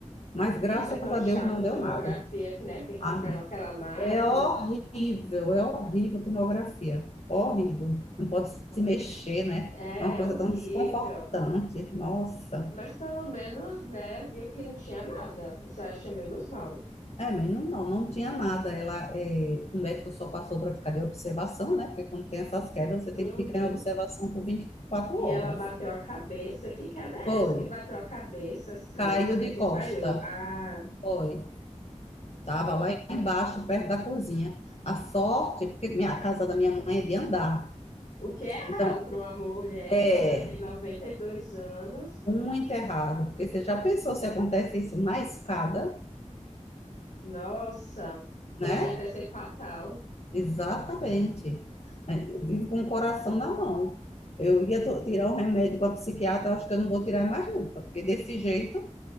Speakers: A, on the left (about 55°); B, on the left (about 80°).
A: Mas
B: Vixe,
A: graças
B: é tão
A: a
B: chato
A: Deus não
B: a
A: deu
B: tomografia
A: nada.
B: que, né, tem que
A: Ah,
B: entrar naquela máquina.
A: é horrível, é horrível a tomografia. Horrível. Não pode se mexer, né?
B: É,
A: É uma coisa
B: horrível.
A: tão desconfortante. Nossa.
B: Mas pelo menos, né, viu que não tinha nada. Isso eu achei menos mal.
A: É, mas não, não, não tinha nada. Ela, é, o médico só passou para ficar de observação, né? Porque quando tem essas quedas, você
B: Uhum.
A: tem que ficar em observação por 24
B: E
A: horas.
B: ela bateu a cabeça. Que queda é
A: Foi.
B: essa que bateu a cabeça, assim,
A: Caiu
B: é,
A: de
B: desmaiou?
A: costa.
B: Ah,
A: Foi. Tava lá embaixo, perto da cozinha. A sorte, porque minha- a casa da minha mãe é de andar.
B: o que é errado
A: Então,
B: para uma mulher
A: É,
B: que já tem 92 anos?
A: muito errado, porque você já pensou se acontece isso na escada,
B: Nossa, podia
A: né?
B: ter sido fatal.
A: Exatamente. É, Eu vivo com o coração na mão. Eu ia to- tirar o remédio com a psiquiatra, eu acho que eu não vou tirar mais nunca, porque desse jeito